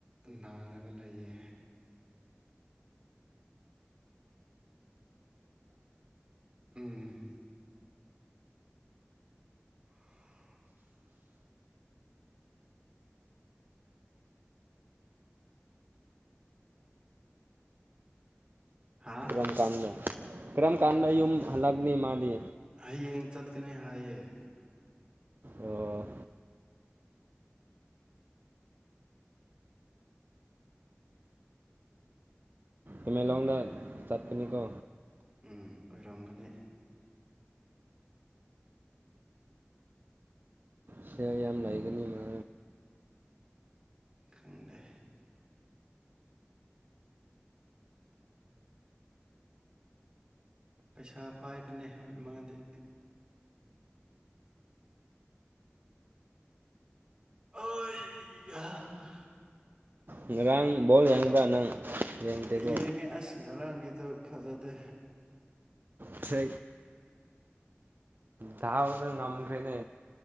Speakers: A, on the right; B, on the right.
A: ꯅꯥꯔꯒ ꯂꯩꯌꯦ ꯎꯝ <inaudible> ꯍꯥꯥ
B: ꯀꯥꯟꯗ ꯀ꯭ꯔꯝ ꯀꯥꯟꯗ ꯌꯨꯝ ꯍꯜꯂꯛꯅꯤ ꯃꯥꯗꯤ
A: ꯍꯌꯦꯡ ꯆꯠꯀꯅꯤ ꯍꯥꯏꯌꯦ
B: ꯑꯣ ꯑꯦꯃꯦꯂꯣꯡꯗ ꯆꯠꯀꯅꯤꯀꯣ
A: ꯎꯝ ꯑꯣꯏꯔꯝꯒꯅꯤ
B: ꯁꯤ ꯌꯥꯝ ꯂꯩꯒꯅꯤ ꯃ
A: ꯈꯪꯗꯦ ꯄꯩꯁꯥ ꯄꯥꯏꯕꯅꯦ ꯍꯣꯏ ꯃꯥꯗꯤ ꯑ
B: ꯉꯔꯥꯡ ꯕꯣꯜ ꯌꯥꯡꯕ꯭ꯔꯥ ꯅꯪ ꯌꯦꯡꯗꯦꯀꯣ
A: ꯌꯦꯡꯉꯦ ꯑꯁ ꯉꯔꯥꯡꯒꯤꯗꯨ ꯐꯖꯗꯦ
B: ꯁ ꯗ ꯉꯝꯈ꯭ꯔꯣꯏꯅꯦ